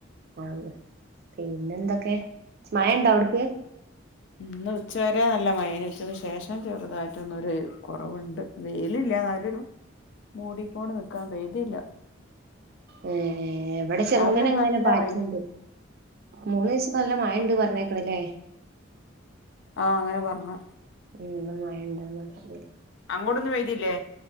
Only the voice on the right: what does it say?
ആ പിന്നെന്തൊക്കെ മയണ്ടോ അവിടക്ക്
ഏ ഏ വിടെ ചെറുങ്ങനെ
ങ്ങനെ
പാറ്റണ്ട്
മൂന്ന് ദിവസം ഇപ്പൊ നല്ല മഴ ണ്ട് പറഞ്ഞേക്കണല്ലേ
ന്ത മഴ ഉണ്ട നാട്ടില്